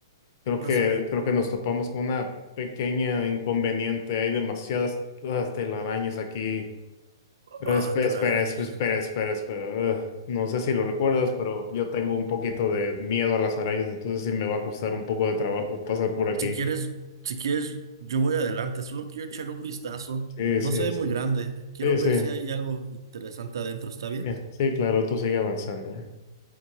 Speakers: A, on the left; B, on the right.
A: Creo
B: qué pasa?
A: que, creo que nos topamos con una pequeña inconveniente. Hay demasiadas ah, telarañas aquí. Pero
B: Ah,
A: espe-
B: te
A: espera,
B: la arañas.
A: espe- espera, espera, espera. Ugh. no sé si lo recuerdas, pero yo tengo un poquito de miedo a las arañas, entonces sí me va a costar un poco de trabajo pasar por aquí.
B: Si quieres, si quieres, yo voy adelante. Solo quiero echar un vistazo.
A: Sí,
B: No
A: sí,
B: se ve
A: sí,
B: muy grande. Quiero
A: sí,
B: ver
A: sí,
B: si hay algo interesante adentro. ¿Está bien?
A: sí, sí, claro, tú sigue avanzando.